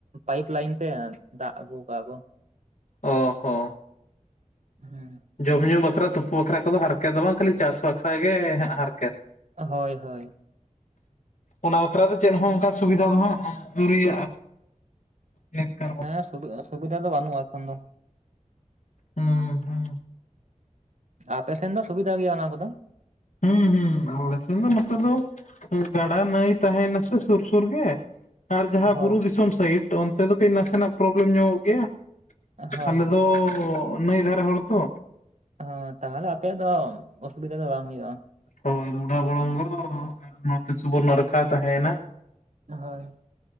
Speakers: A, on the right; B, on the left.
A: ᱯᱟᱭᱤᱯ ᱞᱟᱭᱤᱱ ᱛᱮ ᱫᱟᱜ ᱟᱹᱜᱩ ᱠᱟᱜ ᱟᱠᱚ
B: ᱚ ᱦᱚ
A: ᱦᱩᱸ
B: ᱡᱚᱢᱼᱧᱩ ᱵᱟᱠᱷᱨᱟ ᱛᱩᱯᱩ ᱵᱟᱠᱷᱨᱟ ᱠᱚᱫᱚ ᱦᱟᱨᱠᱮᱛ ᱫᱚ ᱵᱟᱝ ᱠᱷᱟᱹᱞᱤ ᱪᱟᱥ ᱵᱟᱠᱷᱨᱟ ᱜᱮ ᱦᱟᱨᱠᱮᱛ।
A: ᱦᱳᱭ ᱦᱳᱭ
B: ᱚᱱᱟ ᱵᱟᱠᱷᱨᱟ ᱫᱚ ᱪᱮᱫ ᱦᱚᱸ ᱚᱱᱠᱟ ᱥᱩᱵᱤᱫᱟ ᱫᱚ ᱦᱟᱸᱜ ᱟᱹᱣᱨᱤᱭᱟᱜᱼᱟ ᱱᱮᱛᱠᱟᱨ
A: ᱦᱮᱸ ᱥᱩᱵᱤᱫᱷᱟ ᱫᱚ ᱵᱟᱹᱱᱩᱜᱼᱟ ᱮᱠᱷᱚᱱ ᱫᱚ
B: ᱦᱩᱸ ᱦᱮᱸ
A: ᱟᱯᱮ ᱥᱮᱱ ᱫᱚ ᱥᱩᱵᱤᱫᱟ ᱜᱮᱭᱟ ᱚᱱᱟ ᱠᱚᱫᱚ?
B: ᱦᱩᱸ ᱦᱩᱸ ᱦᱩᱸ ᱟᱞᱮ ᱥᱮᱱ ᱫᱚ ᱱᱚᱛᱮ ᱫᱚ ᱜᱟᱰᱟ ᱱᱟᱹᱭ ᱛᱟᱦᱮᱱᱟ ᱥᱮ ᱥᱩᱨ ᱥᱩᱨ ᱜᱮ, ᱟᱨ ᱡᱟᱦᱟᱸ
A: ᱦᱳᱭ
B: ᱵᱩᱨᱩ ᱫᱤᱥᱚᱢ ᱥᱟᱭᱤᱰ ᱚᱱᱛᱮ ᱫᱚ ᱠᱟᱹᱡ ᱱᱟᱥᱮᱱᱟᱜ ᱯᱨᱚᱵᱞᱮᱢ ᱧᱟᱢᱚᱜ ᱜᱮᱭᱟ।
A: ᱦᱳᱭ
B: ᱟᱞᱮ ᱫᱚ ᱱᱟᱹᱭ ᱫᱷᱟᱨᱮ ᱦᱚᱲ ᱛᱚ
A: ᱦᱚᱸ ᱛᱟᱦᱚᱞᱮ ᱟᱯᱮᱭᱟᱜ ᱫᱚ ᱚᱥᱩᱵᱤᱫᱟ ᱫᱚ ᱵᱟᱝ ᱦᱩᱭᱩᱜᱼᱟ।
B: <unintelligible> ᱱᱚᱛᱮ ᱥᱩᱵᱚᱨᱱᱚᱨᱮᱠᱷᱟ ᱛᱟᱦᱮᱭᱱᱟ
A: ᱦᱳᱭ